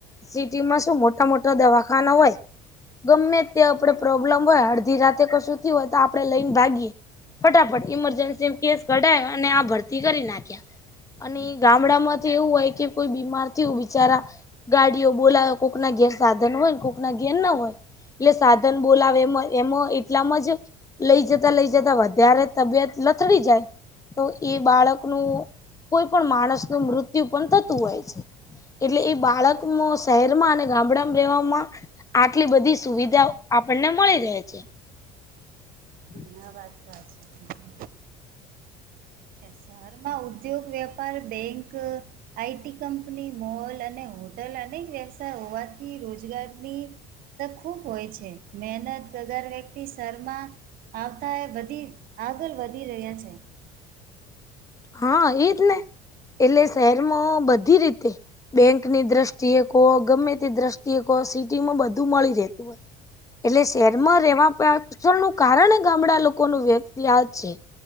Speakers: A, on the left; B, on the right.
A: સિટી માં શું મોટા-મોટા દવાખાના હોય. ગમે ત્યાં આપડે પ્રોબ્લેમ હોય, અડધી રાતે કશું થી હોય તો, આપડે લઈને ભાગીએ. ફટાફટ ઈમરજન્સી કેસ કઢાયો, અને આ ભરતી કરી નાખ્યા. અને
B: સાચી
A: માંથી
B: વાત
A: એવું હોય કે, કોઈ થયું બિચારા. ગાડીઓ બોલા, કોઈકના ઘેર સાધન હોય ને, કોઈકના ઘેર ના હોય. એટલે સાધન બોલાવે, એમાં એમાં એટલામ જ. લઈ જતા, લઈ જતા વધારે, તબિયત લથડી જાય તો. એ બાળકનું કોઈ પણ માણસ નું મૃત્યુ પણ થતું હોય છે. એટલે એ બાળકમાં
B: હોય છે.
A: શહેરમાં અને ગામડામાં રહેેવામાં. આટલી બધી સુવિધાઓ આપણને મળી રહે છે. <unintelligible>
B: એ વાત સાચી છે. શહેર માં ઉદ્યોગ, વેપાર, બેંક આઈટી કંપની, મોલ અને હોટલ અનેક વ્યવસાય હોવાથી રોજગારની તો ખૂબ હોય છે, મહેનત વગર વ્યક્તિ શેરમાં આવતા, એ વધી આગળ વધી રહ્યા છે.
A: હા, એજ ને, એટલે શહેરમાં બધી રીતે. બેંકની દ્રષ્ટિએ કહો, ગમે તે દ્રષ્ટિએ કોહો, સિટી માં બધું મળી રહે. એટલે શહેરમાં રહેવા પાછળ નું કારણ ગામડા લોકોનું વ્યક્ત છે.